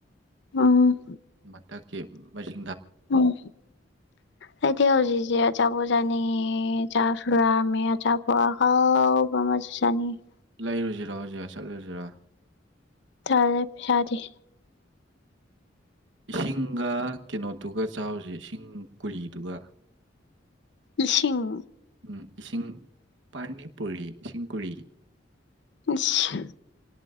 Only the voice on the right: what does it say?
ꯃꯊꯛꯀꯤ ꯃꯖꯤ
ꯂꯩꯔꯨꯖꯤꯔꯣ ꯍꯧꯖꯤꯛ ꯆꯠꯂꯨꯁꯤꯔꯣ
ꯏꯁꯤꯡꯒ ꯀꯩꯅꯣꯗꯨꯒ ꯆꯥꯎꯖꯦ ꯏꯁꯤꯡ ꯈꯣꯍꯤꯗꯨꯒ
ꯎꯝ ꯏꯁꯤꯡ ꯄꯥꯅꯤ ꯄꯨꯔꯤ ꯏꯁꯤꯡ ꯀꯨꯔꯤ